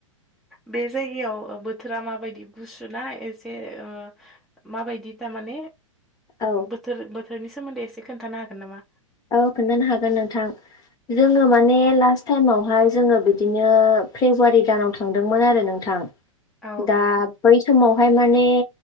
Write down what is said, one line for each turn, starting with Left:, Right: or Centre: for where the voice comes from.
Centre: बे जायगायाव बोथोरा माबायदि गुसु ना एसे ओ माबायदि तामाने
Left: औ
Centre: बोथोर-बोथोरनि सोमोन्दै एसे खोन्थानो हागोन नामा?
Left: औ खोन्थानो हागोन नोंथां जोङो माने लास्ट थाइमावहाय जोङो बिदिनो फेब्रुवारि दानाव थांदोंमोन आरो नोंथां
Centre: औ
Left: दा
Centre: औ
Left: बै समावहाय माने